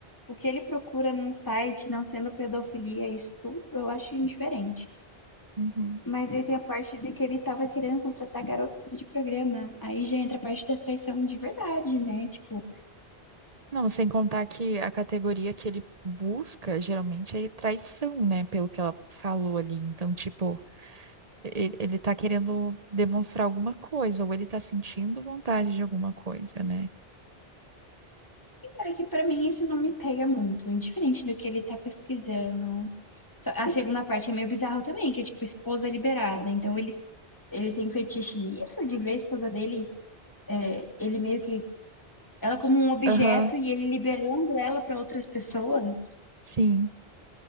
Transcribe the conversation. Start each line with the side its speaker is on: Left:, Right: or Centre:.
Left: o que ele procura num site, não sendo pedofilia e estupro, eu acho indiferente.
Right: Uhum.
Left: Mas aí tem a parte de que ele tava querendo contratar garotos de programa. Aí já entra a parte da traição de verdade, né? Tipo,
Right: Não, sem contar que a categoria que ele busca geralmente é traição, né? Pelo que ela falou ali. Então, tipo. ele, ele tá querendo demonstrar alguma coisa, ou ele tá sentindo vontade de alguma coisa, né?
Left: então é que pra mim isso não me pega muito, É indiferente do que ele tá pesquisando. Só- A segunda parte é meio bizarro também, que é tipo esposa liberada. Então ele tem fetiche nisso, de ver a esposa dele, é, ele meio que ela como
Right: S-
Left: um objeto
Right: Aham.
Left: e ele liberando ela para outras pessoas.
Right: Sim.